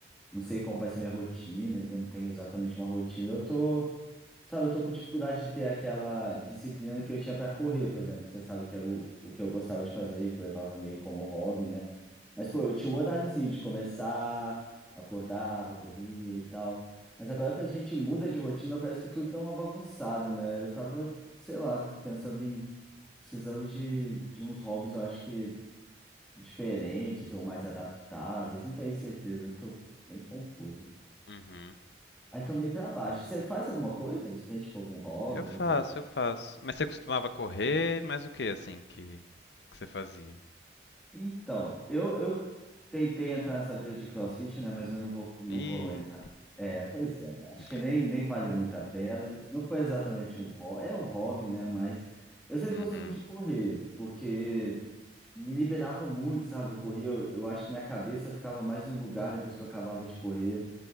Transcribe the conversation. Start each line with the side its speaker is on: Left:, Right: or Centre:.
Centre: não sei como vai ser minha rotina, ainda não tenho exatamente uma rotina. Eu tô Sabe, eu tô com dificuldade de ter aquela disciplina que eu tinha para correr, por exemplo, que você sabe que era o, o que eu gostava de fazer, que eu levava meio como hobby, né? Mas, pô, eu tinha um horáriozinho de começar, acordava, corria e tal. Mas agora quando a gente muda de rotina, parece que tudo dá uma bagunçada, né? Eu tava, sei lá, pensando em precisando de, de uns hobbies, eu acho que diferentes ou mais adaptáveis, não tenho certeza, eu tô bem confuso.
Left: Uhum.
Centre: Aí tô meio pra baixo. Você faz alguma coisa? Você tem, tipo, algum hobby,
Left: Eu
Centre: alguma
Left: faço,
Centre: coisa?
Left: eu faço. Mas você costumava correr, mas o que assim que, que você fazia?
Centre: Então, eu, eu tentei entrar nessa vida de CrossFit, né? Mas eu não vou, não
Left: Ih.
Centre: vou entrar. É, pois é, acho
Left: <laughs>
Centre: que nem, nem vale muito a pena. Não foi exatamente um hobby, é um hobby, né? Mas eu sempre
Left: Uhum.
Centre: gostei muito de correr, porque me liberava muito, sabe? Eu corria, eu, eu acho que minha cabeça ficava mais no lugar depois que eu acabava de correr.